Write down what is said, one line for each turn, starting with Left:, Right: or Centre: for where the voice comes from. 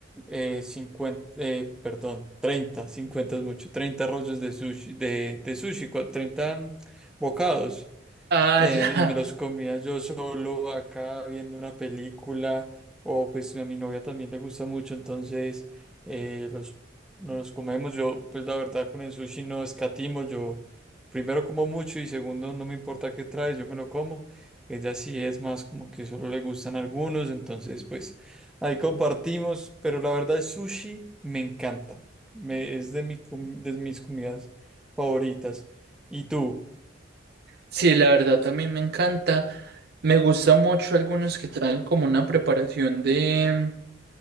Centre: eh, 50, eh, perdón, 30 50 es mucho, 30 rollos de sushi, de, de sushi, cua- 30 bocados
Right: Ah,
Centre: eh,
Right: <laughs> ya.
Centre: y me los comía yo solo acá viendo una película o pues a mi novia también le gusta mucho, entonces eh, los, nos los comemos. Yo pues la verdad con el sushi no escatimo, yo primero como mucho y segundo no me importa qué trae, yo me lo como. Ella sí es más como que solo le gustan algunos, entonces pues ahí compartimos, pero la verdad el sushi me encanta, me, es de, mi, com- de mis comidas favoritas. ¿Y tú?
Right: Sí, la verdad también me encanta. Me gusta mucho algunos que traen como una preparación de,